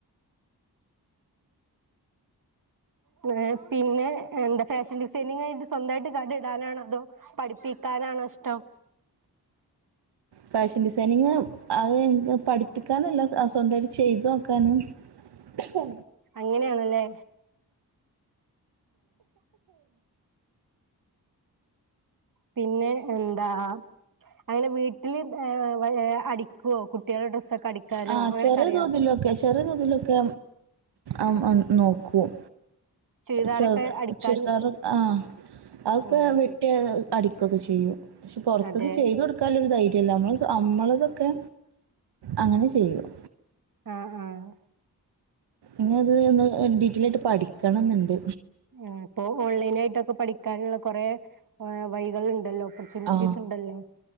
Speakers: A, on the right; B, on the right.
A: ഇങ്ങള് പിന്നെ എന്താ ഫാഷൻ ഡിസൈനിങ് കഴിഞ്ഞ്ട്ട് സ്വന്തായിട്ട് കട ഇടാനാണോ അതോ പഠിപ്പിക്കാനാണോ ഇഷ്ടം
B: ഫാഷൻ ഡിസൈനിങ് അത് ഇൻക്ക് പഠിപ്പിക്കാനും അല്ല സ്വന്തായിട്ട് ചെെത് നോക്കാനും ഉ
A: അങ്ങനെയാണ്ലെ പിന്നെ എന്താ അങ്ങനെ വീട്ടില്ത് ഏ വ ഏ അടിക്കുവോ കുട്ട്യേളെ ഡ്രസ്സൊക്കെ അടിക്കാനോ
B: ആ
A: അങ്ങനെയെക്കെ
B: ചെറിയ
A: അറിയോ
B: തോതിലൊക്കെ ചെറിയ തോതിലൊക്കെ അം അൻ നോക്കും
A: ചുരിദാറൊക്കെ
B: ചെറുത്
A: അടിക്കാന്
B: ചുരിദാറ് ആഹ് അതൊക്കെ
A: ഉം
B: വെ റ്റ് അടികൊക്കെ ചിയ്യും പക്ഷെ പാെറത്ത്ക്ക്
A: അതെ
B: ചെയ്തു കൊട് ക്കാല്ലൊരു ധൈര്യം ഇല്ല അമ്മള് സ്വ അമ്മളതൊക്കെ അങ്ങനെ ചെയ്യും
A: ആഹ് ആഹ്
B: ഇങ്ങനെ ഒര്ഇത് ഒന്ന് ഡിഗ്രിആയിട്ട് പഠിക്കണംന്ന് ഇണ്ട്
A: ആഹ് ഇപ്പൊ ഓൺലൈനായിട്ടാെക്കെ പഠിക്കാന്ള്ള കാെറെ വയികള് ഇണ്ടല്ലോ ഫെസിലിറ്റീസ്
B: ആ
A: ഇണ്ടല്ലോ